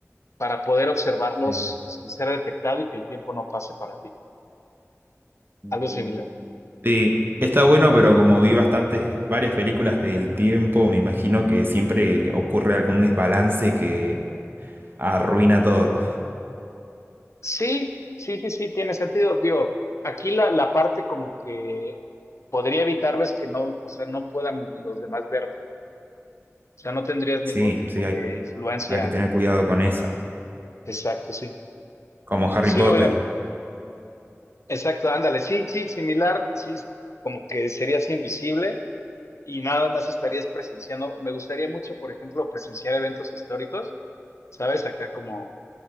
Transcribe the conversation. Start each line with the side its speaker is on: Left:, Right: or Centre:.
Left: para poder observarlos
Right: sí.
Left: sin ser detectado y que el tiempo no pase para ti.
Right: Mm.
Left: Algo similar.
Right: Sí, está bueno, pero como vi bastantes, varias películas del tiempo, me imagino que siempre ocurre algún desbalance que arruina todo.
Left: Sí, sí, sí, sí, tiene sentido. Digo, aquí la, la parte como que podría evitarlo es que no, o sea, no puedan los demás verte. O sea, no tendrías
Right: Sí,
Left: ningún tipo
Right: sí, hay,
Left: de influencia.
Right: hay que tener cuidado con esa.
Left: Exacto, sí.
Right: Como Harry
Left: Sí,
Right: Potter.
Left: obviamente. Exacto, ándale. Sí, sí, similar, así como que serías invisible y nada más estarías presenciando. Me gustaría mucho, por ejemplo, presenciar eventos históricos, ¿sabes? Acá como,